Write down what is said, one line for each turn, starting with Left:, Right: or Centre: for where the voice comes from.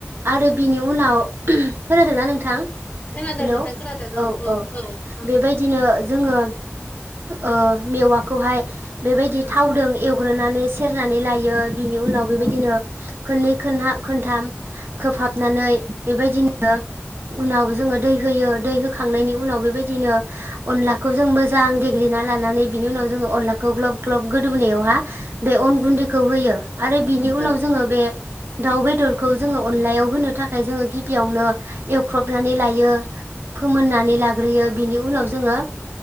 Right: आरो बिनि उनाव खोनादोंना नोंथां हेल'
Left: खोनादों नोंथां खोनादों औ
Right: औ-औ
Left: औ औ उम
Right: बेबायदिनो जोङो ओ मेवाखौहाय बेबायदि
Left: उम
Right: थावदों एवग्रोनानै नानै सेरनानै लायो बिनि उनाव बेबायदिनो
Left: औ
Right: खोननै खोनहा खोनथाम खोबहाबनानै बेबायदिनो उनाव जोङो दै होयो दै होखांनायनि उनाव बेबायदिनो अनलाखौ जों मोेजां देग्लिना लानानै बेनि उनाव जोङो अनलाखौ ग्लब ग्लब गोदौहोनायावहा बे अन गुन्दैखौ होयो
Left: उम
Right: आरो बिनि
Left: औ
Right: उनाव जोङो बे दाउ बेदरखौ जोङो अनलायाव होनो थाखाय जोङो गिबियावनो एवख्रबनानै ला यो फोमोननानै
Left: औ
Right: लाग्रोयो बिनि उनाव जोङो